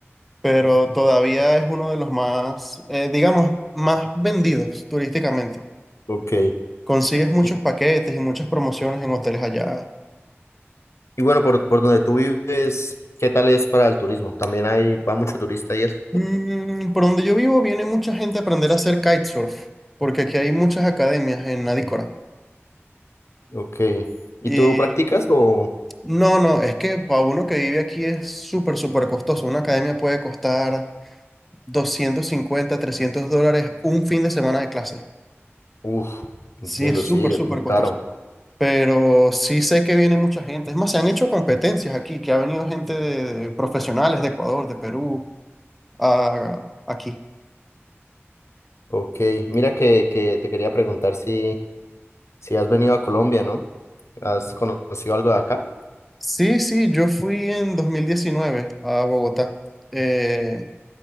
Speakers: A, in the centre; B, on the left (about 80°).
A: pero todavía es uno de los más, eh, digamos, más vendidos turísticamente.
B: Ok.
A: Consigues muchos
B: Y,
A: paquetes y muchas promociones en hoteles allá.
B: y bueno, por, por donde tú vives, ¿qué tal es para el turismo? ¿También hay, va mucho turista y eso?
A: Mm, por donde yo vivo viene mucha gente a aprender a hacer kitesurf, porque aquí hay muchas academias en Adícora.
B: Ok. ¿Y
A: Y
B: tú lo practicas o...?
A: no, no, es que para uno que vive aquí es súper, súper costoso. Una academia puede costar 250 300 dólares un fin de semana de clase.
B: Uf, entiendo,
A: Sí, es
B: sí,
A: súper, súper
B: es muy
A: costoso.
B: caro.
A: Pero sí sé que viene mucha gente. Es más, se han hecho competencias aquí, que ha venido gente de, de profesionales de Ecuador, de Perú, a- aquí.
B: Ok, mira que, que te quería preguntar si, si has venido a Colombia, ¿no? ¿Has conocido algo de acá?
A: Sí, sí, yo fui en 2019 a Bogotá. Eh,